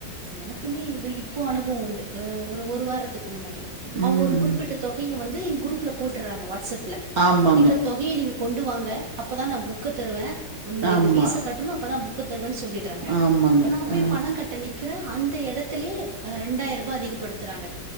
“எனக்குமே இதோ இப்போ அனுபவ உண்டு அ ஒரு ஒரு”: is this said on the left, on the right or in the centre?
Right